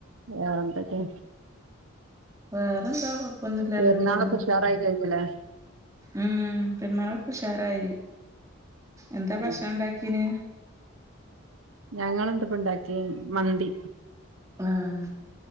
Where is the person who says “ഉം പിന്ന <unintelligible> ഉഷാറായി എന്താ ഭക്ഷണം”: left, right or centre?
Right